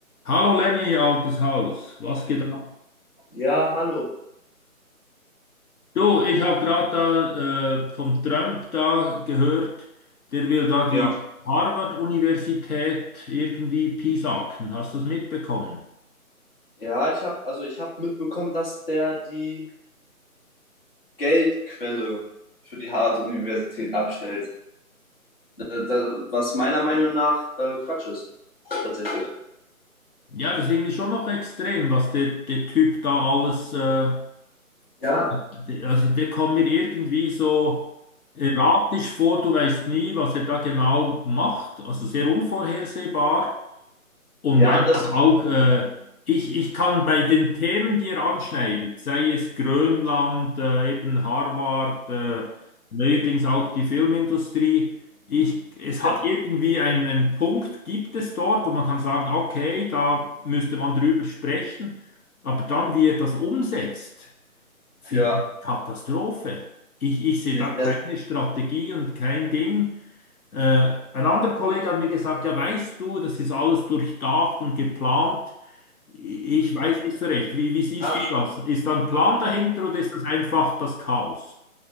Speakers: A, on the left; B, on the left.
A: Hallo Lenny, altes Haus, was geht ab?
B: Ja, hallo.
A: Du, ich habe gerade da äh, vom Trump da gehört, der will da die
B: Ja,
A: Harvard-Universität irgendwie piesacken. Hast du es mitbekommen?
B: Ja, ich habe also ich habe mitbekommen, dass der die Geldquelle für die Harvard-Universität abstellt. Äh, da- Was meiner Meinung nach äh, Quatsch ist, tatsächlich.
A: Ja, das ist irgendwie schon noch extrem, was der, der Typ da alles, äh, äh,
B: Ja,
A: der- also der kommt mir irgendwie so erratisch vor, du weißt nie, was er da genau macht, also sehr unvorhersehbar. Und
B: ja,
A: einfach
B: das,
A: auch, äh, ich, ich kann bei den Themen, die er anschneidet, sei es Grönland, äh, eben Harvard, äh, neuerdings auch die Filmindustrie, ich, es
B: ja,
A: hat irgendwie einen, einen Punkt, gibt es dort, wo man kann sagen, okay, da müsste man drüber sprechen, aber dann, wie er das umsetzt, finde
B: ja,
A: ich Katastrophe. Ich, ich sehe
B: nee,
A: da
B: das,
A: keine Strategie und kein Ding. Äh, ein anderer Kollege hat mir gesagt, ja, weißt du, das ist alles durchdacht und geplant. Ich weiß nicht so recht. Wie, wie siehst
B: ah,
A: du das? Ist da ein Plan dahinter oder ist das einfach das Chaos?